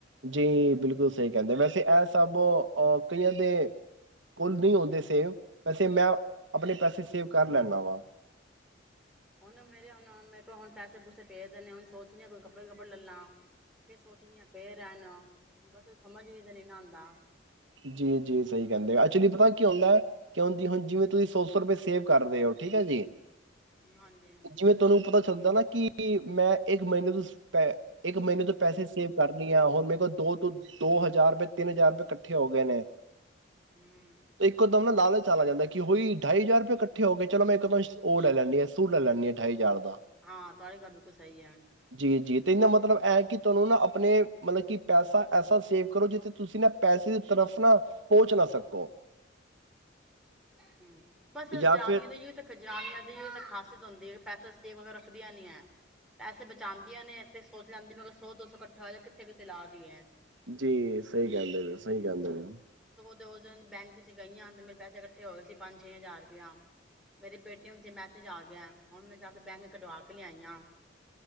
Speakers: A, on the right; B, in the centre.
A: ਜੀ ਬਿਲਕੁਲ ਸਹੀ ਕਹਿੰਦੇ, ਵੈਸੇ ਇਹ ਸਭ ਆ ਕਈਆਂ ਦੇ ਕੋਲ ਨਹੀਂ ਹੁੰਦੇ ਸੇਵ, ਵੈਸੇ ਮੈਂ ਆਪਣੇ ਪੈਸੇ ਸੇਵ ਕਰ ਲੈਣਾ ਵਾਂ
B: ਹੁਣ ਮੇਰੇ ਹੁਣ ਮ ਮੇਰੇ ਕੋਲ ਪੈਸੇ ਪੂਸੇ ਪਏ ਦੇ ਨੇ, ਹੁਣ ਸੋਚਣੀ ਆਈ ਕੱਪੜੇ ਕੱਪੜੇ ਲੈਲਾ, ਫੇਰ ਸੋਚਣੀ ਆ ਪਏ ਰਹਿਣ, ਬਸ ਸਮਝ ਵੀ ਤੇ ਨਹੀਂ ਨਾ, ਆਦਾ
A: ਜੀ ਜੀ ਸਹੀ ਕਹਿੰਦੇ ਆ, ਅਚੁਲੀ ਪਤਾ ਕੀ ਹੁੰਦਾ, ਕਿਉ ਦੀ ਹੁਣ, ਜਿਵੇਂ ਤੁਸੀਂ ਸੋ ਸੋ ਰੁਪਏ ਸੇਵ ਕਰ ਰਹੇ ਹੋ ਠੀਕ ਹੈ ਜੀ
B: ਹਾਂਜੀ
A: ਜਿਵੇਂ ਤੁਹਾਨੂੰ ਪਤਾ ਚੱਲਦਾ ਨਾ ਕਿ, ਮੈਂ ਇੱਕ ਮਹੀਨੇ ਤੋਂ ਪੈ ਇੱਕ ਮਹੀਨੇ ਤੋਂ ਪੈਸੇ ਸੇਵ ਕਰਨੀ ਆ ਹੁਣ, ਮੇਰੇ ਕੋਲ ਦੋ ਤੋਂ ਦੋ ਹਜ਼ਾਰ ਰੁਪਏ ਤਿੰਨ ਹਜ਼ਾਰ ਰੁਪਏ ਖਰ ਇਕੱਠੇ ਹੋ ਗਏ ਨੇ,
B: ਹੂੰ
A: ਇੱਕੋ ਦਮ ਨਾ ਲਾਲਚ ਚਾਲ ਆ ਜਾਂਦਾ ਕਿ ਹੋਈ ਢਾਈ ਹਜ਼ਾਰ ਰੁਪਏ ਇਕੱਠੇ ਹੋ ਗਏ, ਚਲ ਮੈਂ ਇੱਕਦ ਉਹ ਲੈ ਲੈਂਦੀ ਹਾਂ ਸੂਟ ਲੈ ਲੈਂਦੀ ਆ, ਢਾਈ ਹਜ਼ਾਰ ਦਾ
B: ਹਾਂ, ਤੁਹਾਡੀ ਗੱਲ ਬਿਲਕੁਲ ਸਹੀ ਐ
A: ਜੀ, ਜੀ ਤੇ ਇਨਾ ਮਤਲਬ ਇਹ ਹੈ, ਕਿ ਤੁਹਾਨੂੰ ਨਾ ਆਪਣੇ, ਮਤਲਬ ਕਿ ਪੈਸਾ ਐਸਾ ਸੇਵ ਕਰੋ ਜਿੱਥੇ ਤੁਸੀਂ ਨਾ ਪੈਸੇ ਦੀ ਤਰਫ ਨਾ, ਪਹੁੰਚ ਨਾ ਸਕੋ
B: ਹਮ ਬਸ ਜਨਾਨੀਆਂ
A: ਜਾਂ ਫਿਰ
B: ਦੀ ਇਉ ਖਾ, ਜਨਾਨੀਆਂ ਦੀ ਇਉ ਤੇ ਖਾਸੀਅਤ ਹੁੰਦੀ ਹੈ, ਪੈਸਾ ਸੇਵ ਰੱਖਦੀਆਂ ਨੀ ਆ ਪੈਸੇ ਬਚਾਉਂਦੀਆਂ ਨੇ ਤੇ ਸੋਚ ਲੈਂਦੀ ਮੈਂਕੋ, ਸੌ ਦੋ ਸੌ ਇਕੱਠਾ ਹੋਇਆ ਹੈ, ਕਿੱਥੇ ਕਿੱਥੇ ਲਾ ਦਿਏ
A: ਜੀ ਸਹੀ ਕਹਿੰਦੇ ਪਏ ਉ, ਸਹੀ ਕਹਿੰਦੇ ਪਏ ਉ
B: ਦੋ ਦਿਨ ਬੈਂਕ ਚ ਗਈਆਂ ਤੇ, ਮੇਰੇ ਪੈਸੇ ਇਕੱਠੇ ਹੋਏ ਸੀ, ਪੰਜ ਛੇ ਹਜ਼ਾਰ ਰੁਪਇਆ, ਮੇਰੇ ਪੇਟੀਐਮ ਚ ਮੈਸੇਜ ਆ ਗਿਆ, ਹੁਣ ਮੈਂ ਜਾ ਕੇ ਬੈਂਕ ਕਢਵਾ ਕੇ ਲਿਆਈ ਆ,